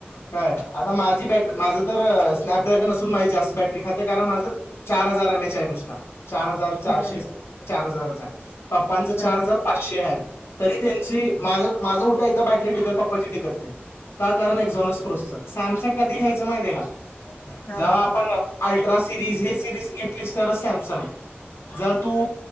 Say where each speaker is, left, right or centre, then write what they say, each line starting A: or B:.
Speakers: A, on the left (about 80°); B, on the left (about 60°).
A: काय आता माझी बॅट माझं तर स्नॅपड्रॅगन असून माझी जास्त बॅटरी खातीया कारण माझं चार हजार एम एच आय नुसता, चार हजार चारशे
B: हम्म
A: चार हजार <unintelligible> पाप्पांचं
B: हा
A: चार हजार पाचशे आहे. तरी त्यांची माझं माझं उठं एकदा बॅटरी टिकल पप्पाची टिकत नाही, का कारण एक्झॉनस प्रोसेसर सॅमसंग कधी घ्यायचं माहित आहे का?
B: हा
A: जेव्हा आपण अल्ट्रा सिरीज हे सिरीज घेतलीस तर सॅमसंग जर तू